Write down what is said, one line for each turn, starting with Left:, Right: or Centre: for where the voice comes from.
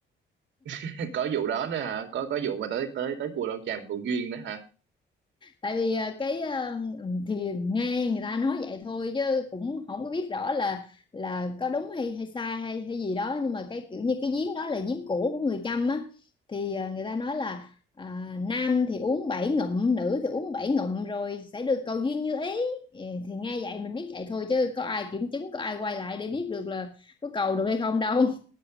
Right: <laughs> Có vụ đó nữa hả? Có có vụ mà tới tới tới Cù Lao Chàm Cầu Duyên nữa hả?
Left: tại vì ờ, cái ờ, thì nghe người ta nói vậy thôi chứ cũng không có biết rõ là là có đúng hay hay sai hay hay gì đó nhưng mà cái kiểu như cái giếng đó là giếng cổ của người Chăm á thì ờ, người ta nói là à, nam thì uống bảy ngụm nữ thì uống bảy ngụm rồi sẽ được cầu duyên như ý Ừ, thì nghe vậy mình biết vậy thôi chứ có ai kiểm chứng có ai quay lại để biết được là có cầu được hay không đâu